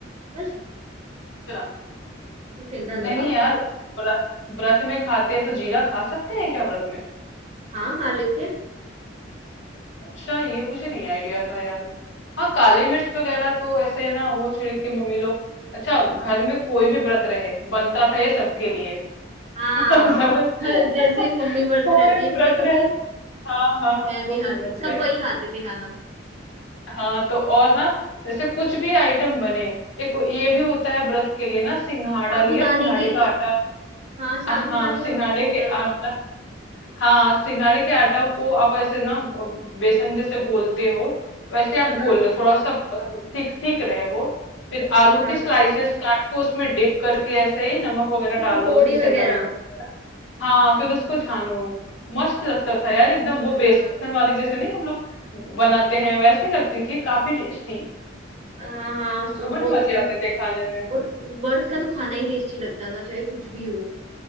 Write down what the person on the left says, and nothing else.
अच्छा
नहीं यार व्रत व्रत में खाते हैं तो जीरा खा सकते हैं क्या व्रत में
अच्छा ये मुझे नहीं आइडिया था यार हाँ काली मिर्च वगैरह तो ऐसे है ना वो छिड़क के मम्मी लोग अच्छा घर में कोई भी व्रत रहे बनता था ये सबके लिए
<laughs> समझ <laughs>
कोई
भी
व्रत
रहे हाँ हाँ हाँ
कोई
भी व्रत
रहे
हाँ तो और ना जैसे कुछ भी आइटम बने ये को, ये भी होता है व्रत के लिए ना सिंघाड़ा
लिया सिंघाड़े
का आटा
अ, हाँ, सिंघाड़े
के
आटा हाँ, सिंघाड़े के आटा को आप ऐसे ना अ, बेसन जैसे घोलते हो वैसे आप
घोल लो थोड़ा सा थिक थिक रहे वो फिर आलू
के स्लाइसेस काट के उसमें डिप करके ऐसे ही नमक वगैरह
डाल
दो उसमें सेंधा
नमक वगैरह हाँ फिर उसको छानो मस्त लगता था यार एकदम वो
बेसन वाली जैसे नहीं हम लोग बनाते हैं वैसे लगती थी काफी टेस्टी
बट
मजे आते थे खाने में